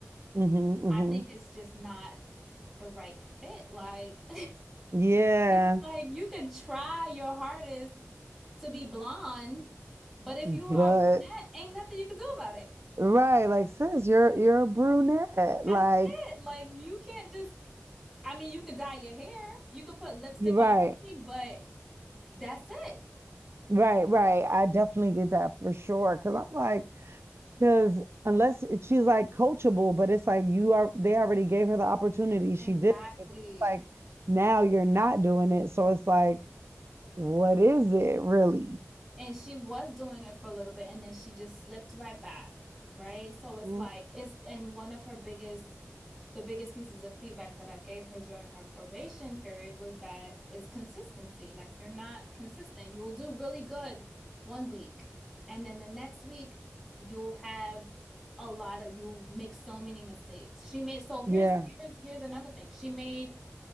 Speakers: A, on the right; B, in the centre.
A: Mm-hmm, mm-hmm.
B: I think it's just not the right fit. Like <laughs>
A: Yeah,
B: it's like you can try your hardest to be blonde, but if
A: but
B: you are a brunette, ain't nothing you can do about it.
A: right, like sis, you're you're a brunette.
B: That's
A: Like
B: it. Like you can't just, I mean, you could dye your hair, you could put lipstick
A: you're right,
B: on a pig, but that's it.
A: right, right. I definitely get that for sure. Cause I'm like, cause unless it- she's like coachable, but it's like you are they already gave her the opportunity. She
B: Exactly.
A: didn't, but it's like now you're not doing it. So it's like, what is it really?
B: And she was doing it for a little bit and then she just slipped right back, right? So it's
A: Mhm.
B: like it's and one of her biggest the biggest pieces of feedback that I gave her during her probation period was that is consistency. Like you're not consistent. You'll do really good one week and then the next week you'll have a lot of you'll make so many mistakes. She made so here's
A: Yeah.
B: here's here's another thing. She made